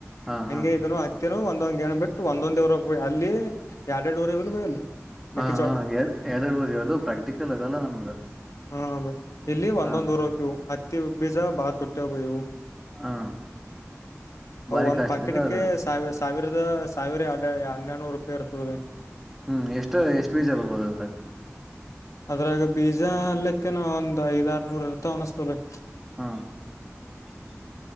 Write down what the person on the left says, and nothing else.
ಹಂಗೆ
ಇದನ್ನು ಹ ಕೆಲವ ಒಂದೊಂದ್ ಗಣ ಬಿಟ್ಟು ಒಂದೊಂದ್ ಊರಬೇಕ್ ಬೈ ಅಲ್ಲಿ ಯಾಡಾ ಯಾಡಾ ಊರಿರಲ್ಲಿ ಬೈ ಅಲ್ಲಿ ಮೆಕ್ಕೆಜೋಳ
ಹಾ ಬೈ ಇಲ್ಲಿ ಒಂದ
ಒಂದ ಊರಬೇಕ್ ಇವ ಹತ್ತಿ ಬೀಜ ಬಾ ತುಟ್ಟ ಅಷ್ಟ ಬೈ ಅವು
<inaudible> ಅವ
ಒಂದ್
ಪಾಕೆಟ್ಗೆ
ಸಿಗತ್ತಾವ್ ಸಾವಿ ಸಾವಿರದ ಸಾವಿರ ಯಾಡಾ ಹನ್ನೆಡನೂರು ರೂಪಾಯಿ ಇರ್ತದೆ
ಅದ್ರಾಗ ಬೀಜ ಅಲ್ಲಕ್ಕೇನ ಒಂದ್ ಐದ್ ಆರ್ನೂರ್ ಇರ್ತಾವ ಅನಸ್ತೀದ ಬೈ.